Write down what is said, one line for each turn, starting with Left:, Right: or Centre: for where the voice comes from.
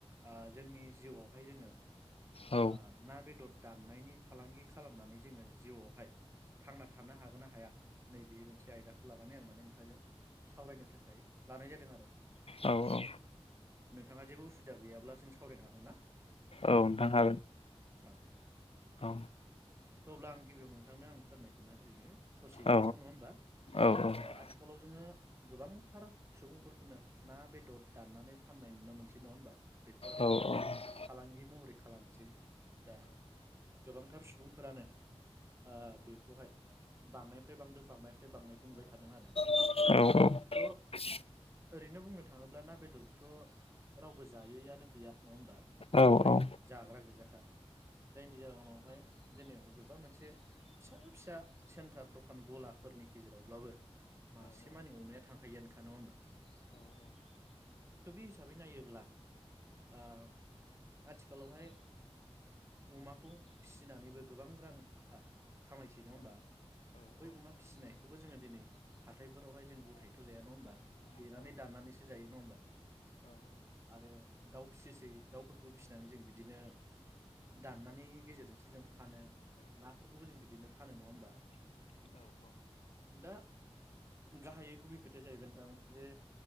Right: ओ जोंनि जिउआवहाय जोङो
Left: औ
Right: ओ ना बेदर दाननायनि फालांगि खालामनानै जोङो जिउआवहाय थांना थानो हागोन ना हाया नैबे मोनसे आयदाखौ लानानै आं माने नोंथांजों सावरायनो थाखाय लानाय जादों आरो
Left: औ औ
Right: नोंथाङा जेबो उसुबिदा गैयाब्ला जों सावरायनो हागोन ना?
Left: औ नोंथां हागोन
Right: अके थ
Left: औ
Right: अब्ला आं गिबियाव नोंथांनो आं फोरमायथिना होदोनि ससेब्लाबो
Left: औ
Right: नङा होमबा
Left: औ औ
Right: अ आथिखालाव जोङो गोबांथार सुबुंफोरखौनो ना बेदर दाननानै फाननाय नुनो मोनसै नङा होमबा बेखौ आरो
Left: औ औ औ औ
Right: फालांगि महरै खालामसै दा गोबांथार सुबुं फोरानो ओ बेखौहाय बांनाय फ्राय बांदों बांनायनिफ्राय बांनायखौ नुबाय थादों आरो
Left: औ औ
Right: थ' ओरैनो बुंनो थाङोब्ला ना बेदरखौथ' रावबो जायैआनो गैया नङा होमबा
Left: औ
Right: फ्राय
Left: औ
Right: जाग्रा गोजाखा जायनि जाहोनावहाय दिनै अबेबा मोनसे फिसा फिसा सेन्टार दखान गलाफोरनि गेजेरावब्लाबो मासे मानि अमाया थांखायोआनोखा नङा होमबा थ' बे हिसाबै नायोब्ला ओ आथि खालावहाय अमाखौ फिसिनानैबो गोबां रां थाखा खामायसै नङा होमबा? बै अमा फिसिनायखौबो जोङो दिनै हाथायफोरावहाय जों गथायैथ' जाया नङा होमबा? देनानै दाननानैसो जायो नङा होमबा? आरो दाउ फिसिसै दाउफोरखौ फिसि नानै जों बिदिनो दाननानै गेजेरजोंसो जों फानो नाफोरखौबो जों बिदिनो फानो नङा होमबा? दा गाहायै गुबै खोथाया जाहैबाय नोंथां जे